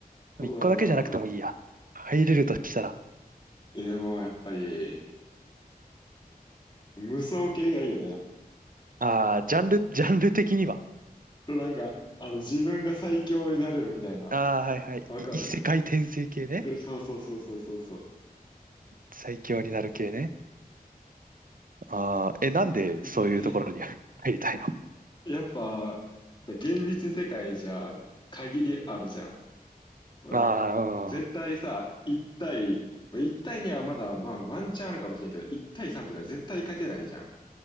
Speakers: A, on the left; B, on the right.
A: そうだな。
B: 一個だけじゃなくてもいいや。入れるとしたら、
A: え、でも、やっぱり、無双系がいいよね。
B: ああ、ジャンル、ジャンル的には。
A: なんか、あの、自分が最強になれるみたいな。
B: ああ、はいはい。
A: わかる
B: い異世界転生系ね。
A: え、そうそうそうそうそうそ
B: 最強になる系ね。ああ、え、なんでそういうところに
A: う。え
B: <laughs> 入りたいの
A: ー、やっぱ、現実世界じゃ、限りあるじゃん。まあ、
B: ああ、
A: 絶対さ、1対、まあ1対にはまだ、まあ、ワンチャンあるかもしれんけど、1対3とか絶対勝てないじゃん。